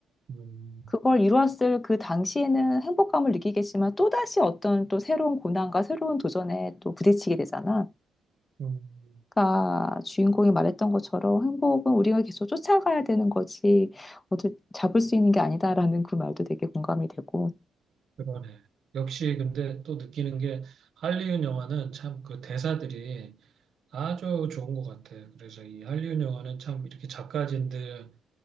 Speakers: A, on the right; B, on the left.
A: 음,
B: 그걸 이루었을 그 당시에는 행복감을 느끼겠지만 또다시 어떤 또 새로운 고난과 새로운 도전에 또 부딪히게 되잖아.
A: 음,
B: 그러니까 주인공이 말했던 것처럼 행복은 우리가 계속 쫓아가야 되는 거지 어디 잡을 수 있는 게 아니다라는 그 말도 되게 공감이 되고.
A: 그러네. 역시 근데 또 느끼는 게 할리우드 영화는 참 그 대사들이 아주 좋은 것 같아요. 그래서 이 한류 영화는 참 이렇게 작가진들